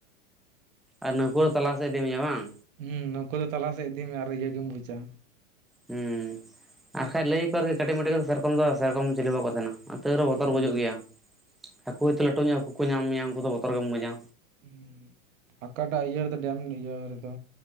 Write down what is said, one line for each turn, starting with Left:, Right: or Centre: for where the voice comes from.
Centre: ᱟᱨ ᱱᱟᱹᱣᱠᱟᱹ ᱦᱚᱸ ᱛᱟᱞᱟᱥᱮᱜ ᱤᱫᱤ ᱢᱮᱭᱟ᱾ ᱵᱟᱝ?
Right: ᱦᱩᱸ, ᱱᱟᱹᱣᱠᱟᱹ ᱫᱚ ᱛᱟᱞᱟᱥᱮᱫ ᱤᱫᱤ ᱢᱮᱭᱟ ᱟᱨ ᱤᱭᱟᱹ ᱜᱮᱢ ᱵᱩᱡᱟ᱾
Centre: ᱦᱩᱸ, ᱟᱨᱠᱷᱟᱡ ᱞᱟᱹᱭ ᱟᱠᱚ ᱠᱟᱹᱴᱤᱡ ᱢᱟᱹᱴᱤᱡ ᱫᱚ ᱥᱮᱨᱚᱠᱚᱢ ᱫᱚ ᱥᱮᱨᱚᱠᱚᱢ ᱪᱤᱞᱤ ᱦᱚᱸ ᱠᱚ ᱛᱟᱦᱮᱱᱟ᱾ ᱛᱟᱹ ᱨᱮᱦᱚ ᱵᱚᱛᱚᱨ
Right: ᱦᱩᱸ,
Centre: ᱵᱩᱡᱩᱜ ᱜᱮᱭᱟ᱾ ᱦᱟᱹᱠᱩ ᱦᱚᱭᱛᱳ ᱞᱟᱹᱴᱩ ᱧᱚᱜᱼᱟ ᱦᱟᱹᱠᱩ ᱠᱚ ᱧᱟᱢ ᱢᱮᱭᱟ, ᱩᱱᱠᱩ ᱫᱚ ᱵᱚᱛᱚᱨ ᱜᱮᱢ ᱵᱩᱡᱟ᱾
Right: ᱦᱩᱸ, ᱟᱠᱟᱴᱟᱜ ᱤᱭᱟᱹ ᱨᱮᱫᱚ ᱰᱮᱢ ᱱᱤᱭᱟᱹ ᱨᱮᱫᱚ᱾